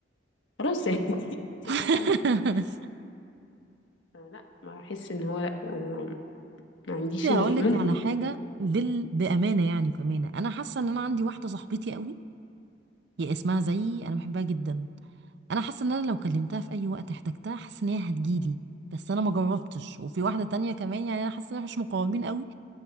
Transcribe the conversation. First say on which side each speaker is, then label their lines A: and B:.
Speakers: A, on the left; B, on the right.
A: خلاص يعني <laughs> انت
B: <laughs>
A: رديتي على نفسك آه، لا ما احس ان هو لا أنا ما عنديش
B: بصي هقول
A: ال...
B: لك
A: ممكن
B: على حاجة بال... بأمانة يعني بأمانة أنا حاسة إن أنا عندي واحدة صاحبتي قوي هي اسمها زيي أنا بحبها جدا أنا حاسة إن أنا لو كلمتها في أي وقت احتجتها حاسة إن هي هتجيلي بس أنا ما جربتش وفي واحدة تانية كمان يعني أنا حاسة إن احنا مش مقربين قوي